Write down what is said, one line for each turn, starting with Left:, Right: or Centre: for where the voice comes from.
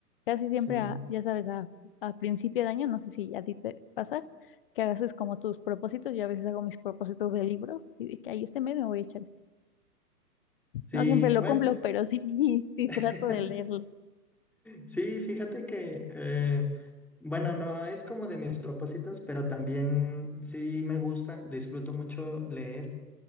Left: Casi siempre,
Centre: Sí.
Left: a- ya sabes, a, a principio de año, no sé si a ti te pasa, que hagas es como tus propósitos. Yo a veces hago mis propósitos de libros y de que ahí este mes me voy a echar este.
Centre: Sí,
Left: No siempre lo
Centre: bueno.
Left: cumplo, pero sí, <laughs> sí
Centre: <laughs>
Left: trato de leerlos.
Centre: Sí, fíjate que, eh, bueno, no es como de mis propósitos, pero también sí me gusta, disfruto mucho leer.